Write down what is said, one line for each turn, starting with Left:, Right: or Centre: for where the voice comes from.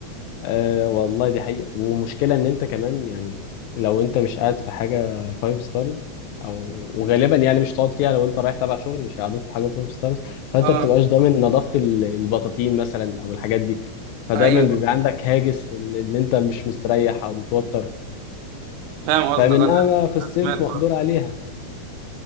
Left: آه والله دي حقيقه ومشكله ان انت كمان يعني لو انت مش قاعد في حاجه فايف ستارز او وغالبا يعني مش هتقعد فيها لو انت رايح تبع شغل مش هيقعدوك في حاجه فايف ستارز فانت
Right: اه
Left: ما بتبقاش ضامن نظافه ال- البطاطين مثلا او الحاجات دي فدايما
Right: ايوه
Left: بيبقى عندك هاجس ال- ان انت مش مستريح او متوتر
Right: فاهم قصدك
Left: فمن انما
Right: انا
Left: في الصيف
Right: سمعت برضه
Left: مقدور عليها